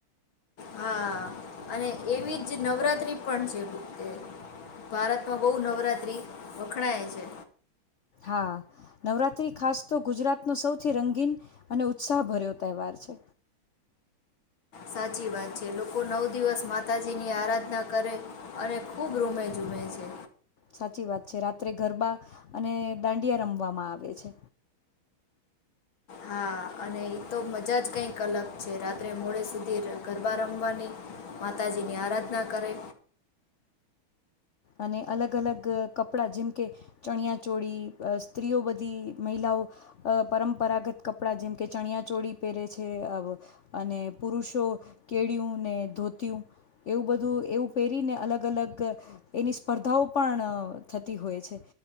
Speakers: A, on the left (about 65°); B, on the left (about 80°).
A: હા અને એવી જ નવરાત્રી પણ છે. ભારતમાં બહુ નવરાત્રી વખણાય છે.
B: હા, નવરાત્રી ખાસ તો ગુજરાતનો સૌથી રંગીન અને ઉત્સાહભર્યો તહેવાર છે.
A: સાચી વાત છે. લોકો નવ દિવસ માતાજીની આરાધના કરે અને ખુબ રૂમે જુવે છે.
B: સાચી વાત છે રાત્રે ગરબા અને દાંડિયા રમવામાં આવે છે.
A: હા, અને એ તો મજા જ કઈક અલગ છે રાત્રે મોડે સુધી ગરબા રમવાની માતાજીની આરાધના કરે
B: અને અલગ અલગ કપડાં જેમ કે ચણિયાચોળી સ્ત્રીઓ બધી મહિલાઓ પરંપરાગત કપડાં જેમકે ચણિયાચોળી પહેરે છે અવ અને પુરુષો કેળ્યું ને ધોત્યું એવું બધું એવું પહેરીને અલગ અલગ એની સ્પર્ધાઓ પણ થતી હોય છે